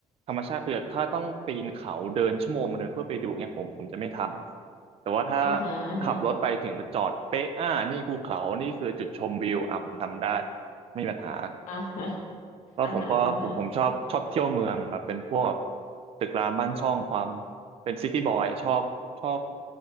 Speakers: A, on the right; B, on the left.
A: ธรรมชาติคือถ้าต้องปีนเขาเดินชั่วโมงหนึ่งเพื่อไปดูเนี่ยผมผมจะไม่ทำแต่ว่าถ้า
B: อ่าฮะอ่าฮะ
A: ขับรถไปถึงแล้วจอดเป๊ะอ่านี่ภูเขานี่คือจุดชมวิวอ่ะผมทำได้ไม่มีปัญหา
B: อ่าฮะ
A: ก็ผมก็ผมผมชอบชอบเที่ยวเมืองแบบเป็นพวก
B: อ่าฮะอ่าฮะ
A: ตึกร้างบ้านช่องความเป็นซิตี้บอยชอบชอบ